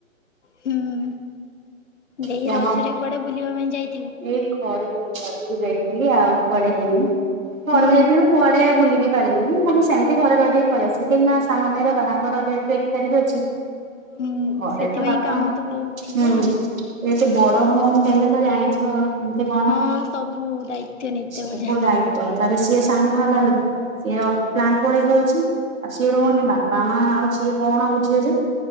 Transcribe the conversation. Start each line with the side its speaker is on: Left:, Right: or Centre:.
Left: ହୁଁ ଦେଇ
Right: ସେ
Left: ରଜରେ
Right: ଆମ
Left: କୁଆଡେ ବୁଲିବା ପାଇଁ ଯାଇ
Right: ଏଇ ଘରକୁ ଘରକୁ ଯାଇଥିଲି ଆଉ କୁଆଡେ ଯାଇନି, ଘରକୁ
Left: ହୁଁ
Right: ଯାଇଥିଲୁ। କୁଆଡେ ବୁଲିକି ପାରିଲିନି ଖାଲି ସେମିତି ଘରେ ରହି ରହିକି ପଳି ଆସିଲି କାହିଁକିନା ସାନ ଭାଇର ବାହାଘର ଏବେ ଏକ ତାରିଖରେ ଅଛି।
Left: ହୁଁ
Right: ଘରେ
Left: ସେଥିପାଇଁ
Right: ତ ବାପା
Left: କାମ ତ ବହୁତ ଥିବ
Right: ହୁଁ।
Left: ଆଉ।
Right: ଏ ଏତେ ବଡ ଭଉଣୀ ହେଲେ ତ ଜାଣିଛ ଏମିତି କଣ
Left: ହଁ ସବୁ ଦାୟିତ୍ୱ ନେଇତେ
Right: ସବୁ
Left: ବୋଝାନ୍ତି।
Right: ଦାୟି ତ ତାରେ ସିଏ ସାନ ହେଲା ବେଳକୁ ସିଏ ପ୍ଲାନ୍ ପଳେଇ ଯାଉଛି, ଆଉ ସିଏ ରହୁନି
Left: ହୁଁ
Right: ବାପା ମା ଆଉ ସିଏ କଣ ବୁଝିବଯେ